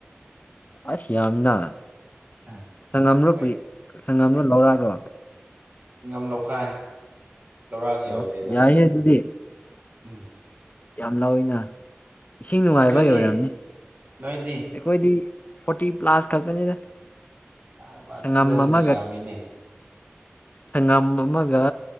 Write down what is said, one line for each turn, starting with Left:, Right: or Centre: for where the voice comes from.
Left: ꯑꯁ ꯌꯥꯝꯃꯤꯅ
Right: ꯑꯥ
Left: ꯁꯪꯉꯝꯂꯣꯄ꯭ꯔꯤ
Right: ꯍꯣꯏ
Left: ꯁꯪꯉꯝꯔꯣ ꯂꯧꯔꯛꯂꯣ
Right: ꯁꯉꯝ ꯂꯧꯈꯥꯏ ꯂꯧꯔꯥꯛ
Left: ꯑꯣ
Right: ꯌꯧꯗꯦꯗ
Left: ꯌꯥꯏꯌꯦ ꯑꯗꯨꯗꯤ
Right: ꯎꯝ
Left: ꯌꯥꯝ ꯂꯧꯏꯅ ꯏꯁꯤꯡ ꯅꯨꯡꯉꯥꯏꯕꯩ
Right: ꯅꯣꯏꯗꯤ
Left: ꯑꯣꯏꯔꯝꯅꯤ
Right: ꯅꯣꯏꯗꯤ
Left: ꯑꯩꯈꯣꯏꯗꯤ ꯐꯣꯔꯇꯤ ꯄ꯭ꯂꯥꯁ ꯈꯛꯇꯅꯤꯗ
Right: ꯆꯥꯕꯁ
Left: ꯁꯪꯉꯝ
Right: ꯅꯣꯏꯒꯤꯅ
Left: ꯑꯃꯒ
Right: ꯌꯥꯝꯃꯤꯅꯦ
Left: ꯁꯪꯉꯝ ꯑꯃꯒ